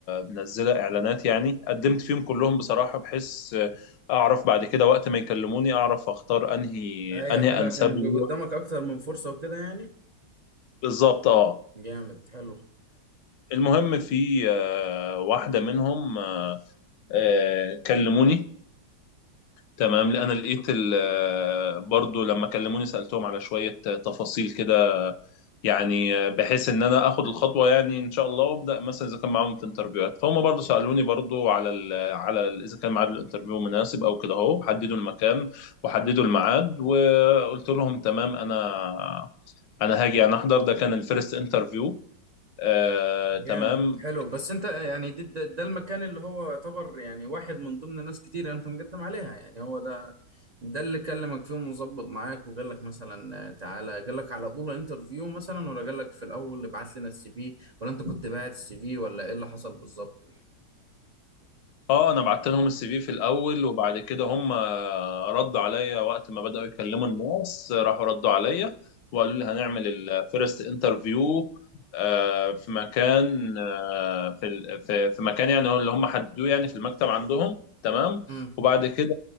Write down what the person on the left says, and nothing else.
منزلة إعلانات يعني قدمت فيهم كلهم بصراحة بحيث آه، أعرف بعد كده وقت ما يكلموني أعرف أختار أنهي
أنهي
أنسب
لي
بالظبط أه
المهم في آه، واحدة منهم آه، كلموني تمام لأن أنا لقيت ال- آه، برضو لما كلموني سألتهم على شوية تفاصيل كده يعني آه، بحيث ان انا اخد الخطوه يعني ان شاء الله وابدا مثلا اذا كان معاهم في انترفيوهات فهم برضو سالوني برضو على ال على ال اذا كان ميعاد الانترفيو مناسب او كده اهو حددوا المكان وحددوا الميعاد وقلت لهم تمام انا انا هاجي انا احضر ده كان الفيرست انترفيو آه
تمام
اه انا بعت لهم السي في في الاول وبعد كده هم ردوا عليا وقت ما بداوا يكلموا الناس راحوا ردوا عليا وقالوا لي هنعمل الفيرست انترفيو في مكان آه، في ال- في في مكان يعني هو اللي هم حددوه يعني في المكتب عندهم تمام
وبعد كده